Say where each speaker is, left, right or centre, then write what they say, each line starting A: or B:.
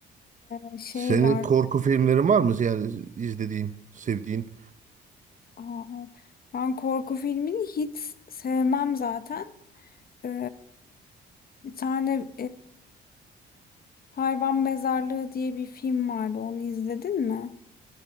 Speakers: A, on the left; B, on the right.
A: e, şey
B: Senin
A: var.
B: korku filmlerin var mı? Yani izlediğin, sevdiğin?
A: Aa, ben korku filmini hiç sevmem zaten. E, bir tane Hayvan Mezarlığı diye bir film vardı. Onu izledin mi?